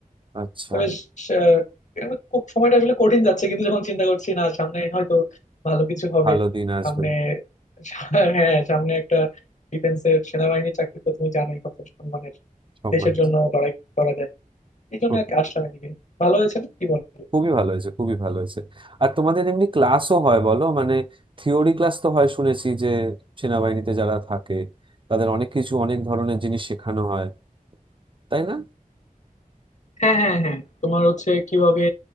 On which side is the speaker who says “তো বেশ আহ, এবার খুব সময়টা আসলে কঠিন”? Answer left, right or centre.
Left